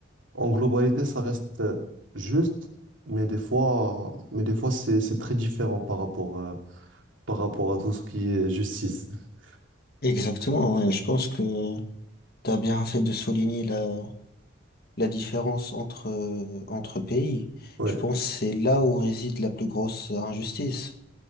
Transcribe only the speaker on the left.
Exactement, ouais. Je pense que T'as bien fait de souligner la, la différence entre, euh, entre pays.
Je pense que c'est là où réside la plus grosse injustice.